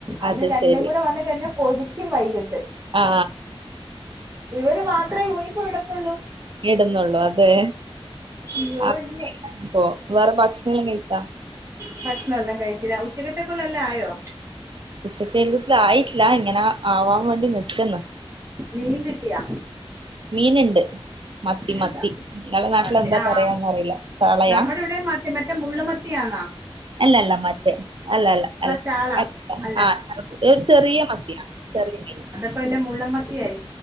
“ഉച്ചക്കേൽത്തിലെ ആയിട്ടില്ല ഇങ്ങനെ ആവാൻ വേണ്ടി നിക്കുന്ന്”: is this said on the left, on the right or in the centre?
Right